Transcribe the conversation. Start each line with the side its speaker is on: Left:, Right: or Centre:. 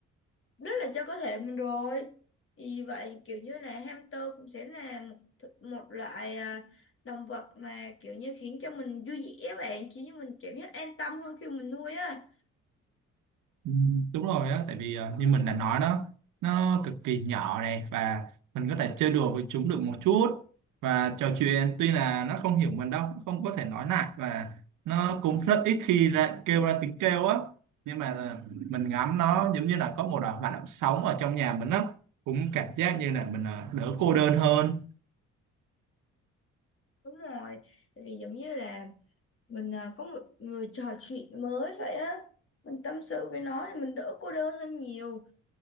Left: rất là cho cơ thể mình rồi thì vậy kiểu như là hamster cũng sẽ là một, th- một loại à, động vật mà kiểu như khiến cho mình vui vẻ á bạn khiến cho mình cảm giác an tâm hơn khi mình nuôi á
Right: Ừ, đúng rồi á tại vì ờ, như mình đã nói đó nó cực kỳ nhỏ này và mình có thể chơi đùa với chúng được một chút và trò chuyện tuy là nó không hiểu mình đâu nó không có thể nói lại và nó cũng rất ít khi ra, kêu ra tiếng kêu á nhưng mà là mình ngắm nó giống như là có một ờ, hoạt động sống ở trong nhà mình á cũng cảm giác như là mình ờ, đỡ cô đơn hơn
Left: đúng rồi tại vì giống như là mình à, có một người trò chuyện mới vậy á mình tâm sự với nó thì mình đỡ cô đơn hơn nhiều